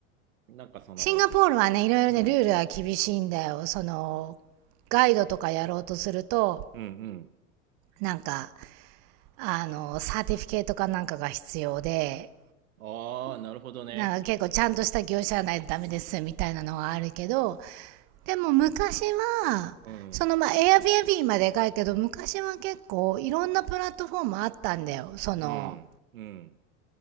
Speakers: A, on the right; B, on the right.
A: なんかその、
B: シンガポールはね、いろいろね、
A: うん、
B: ルールは厳しいんだよ。その、ガイドとかやろうとすると、
A: うん、うん。
B: なんか、あの、サーティフィケートかなんかが必要で、
A: ああ、なるほどね。
B: なんか結構ちゃんとした業者じゃないとダメですみたいなのはあるけど、でも昔は、
A: うん、
B: そのまあ Airbnb まででかいけど、昔は結構いろんなプラットフォームあったんだよ。その、
A: うん、うん。